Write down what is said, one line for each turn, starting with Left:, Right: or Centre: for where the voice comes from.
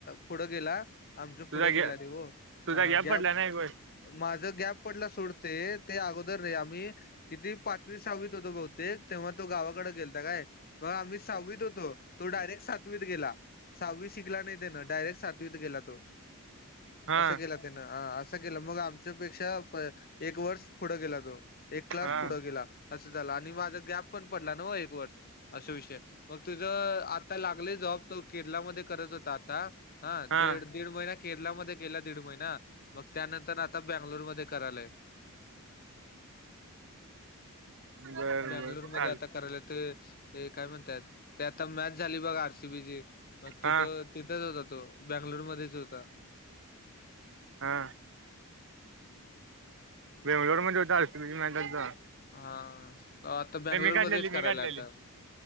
Left: पुढ गेला आमच
Right: तुझा
Left: पुढ गेला
Right: गॅ
Left: रे हो
Right: तुझा गॅप
Left: ग्या
Right: पडला ना एक वेळेस
Left: माझं गॅप पडला सोडते ते अगोदर रे आम्ही किती पाचवी सहावीत होतो बहुतेक तेव्हा तो गावाकडे गेलता काय मग आम्ही सहावीत होतो तो डायरेक्ट सातवीत गेला सहावी शिकला नाही त्यान डायरेक्ट सातवीत गेला तो
Right: हा
Left: असं केला त्यानं असं केलं मग आमच्यापेक्षा एक वर्ष पुढं गेला तो एक क्लास
Right: हा
Left: पुढं गेला असं झाला आणि माझा गॅप पण पडला ना एक वर्ष असा विषय मग तुझं आता लागले जॉब तू केरलामध्ये हो आता ह
Right: हा
Left: दीड महिना केरला मध्ये केला दीड महिना ना मग त्यानंतर आता बंगलुर मध्ये करायलय
Right: बर बर
Left: बंगलुरू मध्ये
Right: चाल
Left: आता करायला ते काय म्हणतात ते आता मॅच झाली बघा आरसीबीची मग तिथं
Right: हा
Left: तिथेच होता तो बँंगलोर मध्येच होता
Right: हा बेंगलोरमध्ये होता असतात
Left: हा आता बेंगलोरमध्येच
Right: काढलेली मी
Left: करायला
Right: काढलेली
Left: आता